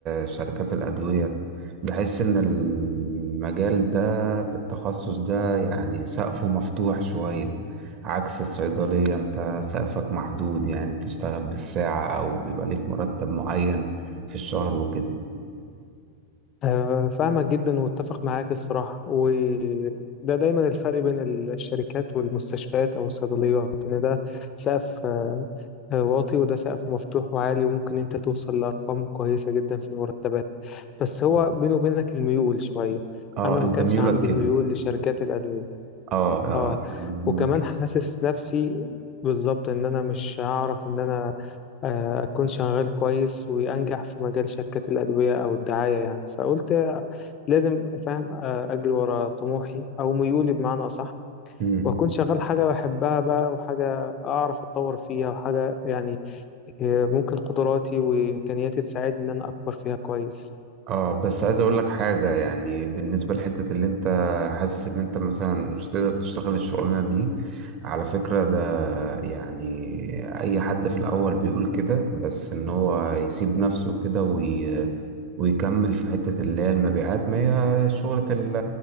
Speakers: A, on the right; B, on the left.
A: شركات الادويه بحس ان المجال ده في التخصص ده يعني سقفه مفتوح شويه عكس الصيدليه انت سقفك محدود يعني بتشتغل بالساعه او بيبقى ليك مرتب معين في الشهر وكده
B: آه، فاهمك جدا واتفق معاك الصراحة وده دايما الفرق بين ال- الشركات والمستشفيات أو الصيدليات إن ده سقف آه، آه، واطي وده سقف مفتوح وعالي وممكن أنت توصل لأرقام كويسة جدا في المرتبات بس هو
A: آه.
B: بينه وبينك الميول شوية
A: اه
B: أنا ما
A: انت
B: كانش
A: ميولك
B: عندي
A: كده
B: الميول لشركات الأدوية
A: اه اه
B: آه
A: يعني ميولك
B: وكمان حاسس نفسي بالظبط إن أنا مش هعرف إن أنا آه، أكون شغال كويس وأنجح في مجال شركات الأدوية أو الدعاية يعني فقلت لازم فاهم آه، اجري ورا طموحي او ميولي بمعنى اصح
A: كده
B: واكون شغال حاجه بحبها بقى وحاجه اعرف اتطور فيها وحاجه يعني آه، ممكن قدراتي وامكانياتي تساعدني ان انا اكبر فيها كويس
A: اه بس عايز اقول لك حاجة يعني بالنسبة لحتة اللي انت حاسس ان انت مثلا مش تقدر تشتغل الشغلانة دي على فكرة ده يعني اي حد في الاول بيقول كده بس ان هو يسيب نفسه كده وي... ويكمل في حتة اللي هي المبيعات ما هي شغلة ال-